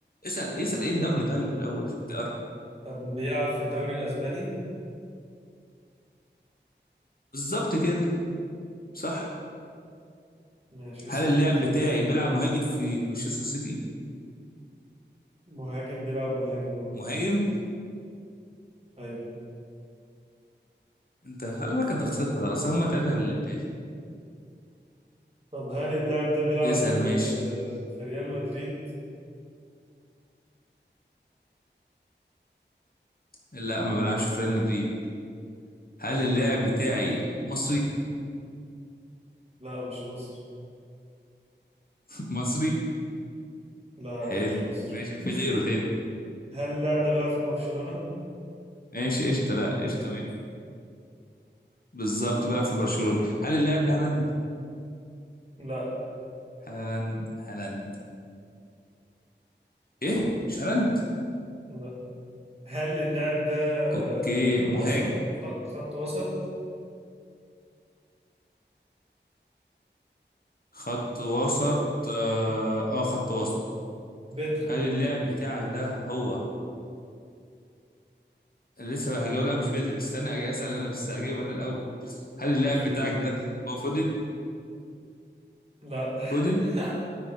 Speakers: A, on the left (about 50°); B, on the right (about 35°).
A: اسال اسال ايه الدوري طيب الاول عشان تقرب
B: طب بيلعب في الدوري الاسباني؟
A: بالظبط كده صح
B: ماشي اسأل
A: هل اللاعب
B: انت.
A: بتاعي بيلعب مهاجم في مانشستر سيتي
B: مهاجم بيلعب مهاجم اه
A: مهاجم
B: ايوه
A: انت خلي بالك انت خسرت خلاص هم ثلاثه اللي في بالي
B: طب هل اللاعب ده بيلعب
A: اسأل
B: في
A: ماشي
B: آه، في ريال مدريد؟
A: لا ما بلعبش في ريال مدريد هل اللاعب بتاعي مصري
B: لا مش مصر
A: <laughs> مصري
B: لا
A: حلو
B: لا مش مصر
A: ماشي في غيره تاني
B: هل اللاعب ده بيلعب في برشلونة؟
A: ماشي قشطة لا قشطة ماشي بالظبط بيلعب في برشلونة هل اللاعب ده هالاند
B: لا
A: هالاند هالاند ايه مش هالاند
B: لا هل اللاعب ده
A: اوكي
B: آه،
A: مهاجم
B: وسط خط خط وسط
A: خط وسط اه آه، خط وسط
B: بدري
A: هل اللاعب بتاعك ده هو أنا لسه هجاوب لا مش بدري بس استنى هجي اسال انا بس هجاوب انا الاول هل اللاعب
B: ماشي
A: بتاعك
B: جامد
A: ده هو فودن
B: لا
A: فودن
B: <laughs>